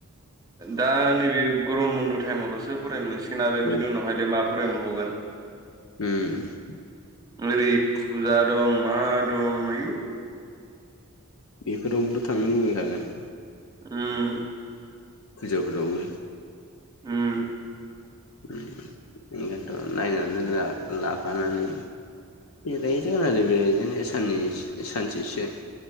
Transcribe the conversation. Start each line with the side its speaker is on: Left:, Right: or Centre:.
Right: दा नैबे गरम बन्द' टाइमावल'सो फरायनो मोनसिगोन आरो
Left: औ
Right: बिनि उनावहायलाय मा फरायमोनबावगोन?
Left: उम।
Right: ओरै फुजा दं मा दं आयु
Left: बेफोरावबोथ' थांनो लुगैखागोन।
Right: उम।
Left: फुजाफोरावबो।
Right: उम।
Left: उम ओंखायनोथ' नायनानै ला-लाफानानै बेरायहैजागोन आरो बेरायहैजानाया साननै सानसेसो